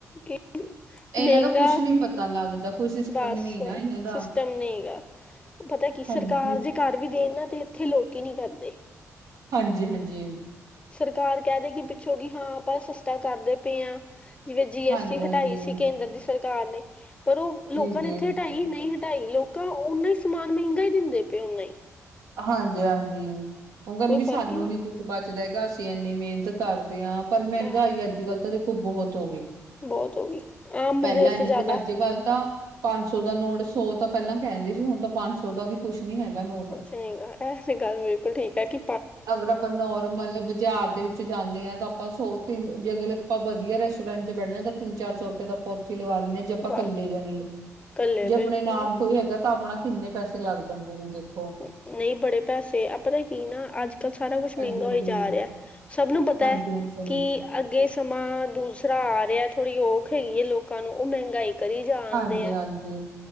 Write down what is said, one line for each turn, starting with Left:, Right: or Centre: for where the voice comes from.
Left: ਕੀ ਮਹਿੰਗਾ
Right: ਇਹਨਾਂ ਦਾ ਕੁਛ ਨੀ ਪਤਾ ਲੱਗਦਾ ਕੋਈ ਸਿਸਟਮ
Left: ਬਸ
Right: ਹੀ ਨੀ ਨਾ ਇਹਨਾਂ ਦਾ
Left: ਸਿਸਟਮ ਨਹੀਂ ਗਾ। ਪਤਾ ਕੀ
Right: ਹਾਂਜੀ
Left: ਸਰਕਾਰ ਜੇ ਕਰ ਵੀ ਦੇਣ ਨਾ ਤੇ ਇੱਥੇ ਲੋਕ ਹੀ ਨਿ ਕਰਦੇ।
Right: ਹਾਂਜੀ ਹਾਂਜੀ।
Left: ਸਰਕਾਰ ਕੈਦੂਗੀ ਕਿ ਪਿੱਛੋਂ ਕਿ ਹਾਂ। ਆਪਾਂ ਸਸਤਾ ਕਰਦੇ ਪਏ ਹਾਂ। ਜਿਵੇਂ ਜੀ ਐਸ
Right: ਹਾਂਜੀ
Left: ਟੀ
Right: ਹਾਂਜੀ
Left: ਹਟਾਈ ਸੀ ਕੇਂਦਰ ਦੀ ਸਰਕਾਰ ਨੇ, ਪਰ ਉਹ ਲੋਕਾਂ
Right: ਜੀ ਜੀ
Left: ਨੇ ਇੱਥੇ ਹਟਾਈ ਨਹੀਂ ਹ। ਹਟਾਈ ਨੀ, ਲੋਕਾਂ ਉਨਾਂ ਹੀ ਸਮਾਨ ਮਹਿੰਗਾ ਹੀ ਦਿੰਦੇ ਪਏ ਉਣਾ ਹੀ।
Right: ਹਾਂਜੀ ਹਾਂਜੀ। ਉਹ ਕਹਿੰਦੇ
Left: ਕੋਈ
Right: ਵੀ
Left: ਫ਼ਰਕ
Right: ਸਾਨੂੰ
Left: ਹੀ ਨਹੀਂ
Right: ਨੀ ਕੁਝ ਬਚਦਾ ਹੈਗਾ। ਅਸੀਂ ਇੰਨੀ ਮਿਹਨਤ ਕਰਦੇ ਹਾਂ, ਪਰ ਮਹਿੰਗਾਈ
Left: ਹਾਂ
Right: ਅੱਜ ਕੱਲ ਤਾਂ ਦੇਖੋ ਬਹੁਤ ਹੋ ਗਈ।
Left: ਬਹੁਤ ਹੋ ਗਈ ਆਮ
Right: ਪਹਿਲਾਂ
Left: ਬੰਦੇ ਵਾਸਤੇ
Right: ਨੀ
Left: ਜ਼ਿਆਦਾ
Right: ਸੀ। ਅੱਜ ਕੱਲ ਤਾਂ ਪੰਜ ਸੌ ਦਾ ਨੋਟ ਸੌ ਤਾਂ ਪਹਿਲਾਂ ਕਹਿੰਦੇ ਸੀ। ਹੁਣ ਤਾਂ ਪੰਜ ਸੌ ਦਾ ਵੀ ਕੁਛ ਨੀ ਹੈਗਾ ਨੋਟ।
Left: ਠੀਕ ਹੈ, ਨਹੀਂ ਐਸੇ ਗੱਲ ਬਿਲਕੁਲ ਠੀਕ ਹੈ ਕੀ।
Right: ਅਗਰ ਆਪਾਂ ਨੋਰਮਲ ਚਾਰ ਦੇ ਵਿੱਚ ਜਾਂਨੇ ਆ, ਤਾਂ ਆਪਾਂ ਸੌ- ਤਿਨੰ ਜੇਕਰ ਆਪਾਂ ਵਧੀਆ ਰੈਸਟੋਰੈਂਟ 'ਚ ਬਹਿਨੇ ਆ, ਤਾਂ ਤਿੰਨ ਚਾਰ ਸੌ ਰੁਪਏ ਦਾ ਪ ਛਿਲੱ ਲਵਾ ਲੈਨੇ ਆ, ਜੇ ਆਪਾਂ
Left: ਵਾਹ
Right: ਇਕੱਲੇ ਈ ਰਹਿਣਾ ਈ।
Left: ਕੱਲੇ
Right: ਜੇ
Left: ਬਿਲਕੁਲ
Right: ਆਪਣੇ ਨਾਲ ਕੋਈ ਹੈਗਾ ਤਾਂ ਆਪਣਾ ਕਿੰਨੇ ਪੈਸੇ ਲੱਗ ਜਾਂਦੇ ਨੇ, ਦੇਖੋ।
Left: ਨਹੀਂ, ਬੜੇ ਪੈਸੇ। ਪਤਾ ਕੀ ਨਾ, ਅੱਜ ਕੱਲ ਸਾਰਾ ਕੁੱਛ ਮਹਿੰਗਾ
Right: ਹਾਂਜੀ ਹਾਂਜੀ
Left: ਹੋਈ ਜਾ ਰਿਹਾ। ਸਭ ਨੂੰ ਪਤਾ
Right: ਹਾਂਜੀ
Left: ਹੈ
Right: ਹਾਂਜੀ
Left: ਕਿ ਅੱਗੇ ਸਮਾਂ ਦੂਸਰਾ ਆ ਰਿਹਾ। ਥੋੜ੍ਹੀ ਔਖ ਹੈਗੀ ਹੈ ਲੋਕਾਂ ਨੂੰ, ਉਹ ਮਹਿੰਗਾਈ ਕਰੀ ਜਾਣਦੇ
Right: ਹਾਂਜੀ
Left: ਹੈ
Right: ਹਾਂਜੀ,